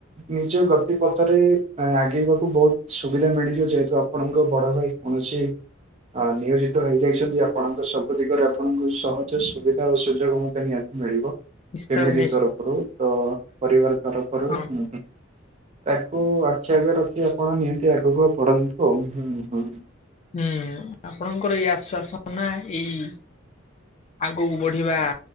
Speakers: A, on the right; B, on the left.
A: ନିଜ ଗତି ପଥରେ ଆଗେଇବାକୁ ବହୁତ ସୁବିଧା ମିଳିଯିବ ଯେହେତୁ ଆପଣଙ୍କ ବଡ ଭାଇ କୌଣସି ଅ ନିୟୋଜିତ ହେଇଯାଇଛନ୍ତି ଆପଣଙ୍କ ସବୁ ଦିଗରେ ଆପଣଙ୍କୁ ସହଜ ସୁବିଧା ଓ ସୁଯୋଗ ମଧ୍ୟ ନିଆ ମିଳିବ।
B: ନିଶ୍ଚୟ
A: ଫ୍ୟାମିଲି
B: ନିଶ୍ଚୟ
A: ତରଫରୁ ତ ପରିବାର ତରଫରୁ
B: ହଁ
A: ମୁ ତାକୁ ଆଖିଆଗରେ ରଖି ଆପଣ ନିହାତି ଆଗକୁ ପଢନ୍ତୁ ଆଉ ହୁଁ ହୁଁ।
B: ହୁଁ ଆପଣଙ୍କର ଏଇ ଆଶ୍ଵାସନା ଏଇ ଆଗକୁ ବଢିବା